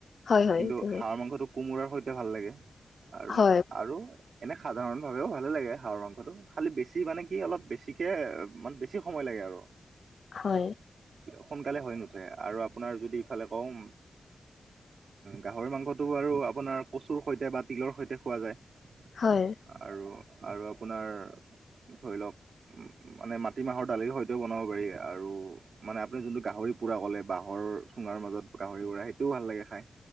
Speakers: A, on the left; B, on the right.
A: হয় হয়
B: কিন্তু
A: এইটো হয়
B: হাঁহ মাংসটো, কোমোৰাৰ সৈতে ভাল লাগে আৰু
A: হয়
B: আৰু এনে সাধাৰণ ভাৱেও ভাল লাগে হাঁহৰ মাংসটো খালি বেছি মানে কি অলপ বেছি বেছিকে মানে বেছি সময় লাগে আৰু
A: হয়
B: সোনকালে হৈ নুঠে আৰু আপোনাৰ যদি ইফালে কওঁ গাহৰি মাংসটো বাৰু আপোনাৰ কচুৰ সৈতে বা তিলৰ সৈতে খোৱা যায়।
A: হয়
B: আৰু আৰু আপোনাৰ ধৰি লওক মানে মাটিমাহৰ দালিৰ হয়তো বনাব পাৰি আৰু মানে আপুনি যোনটো গাহৰি পোৰা ক'লে বাঁহৰ চুঙাৰ মাজত গাহৰি পোৰা সেইটোও ভাল লাগে খাই।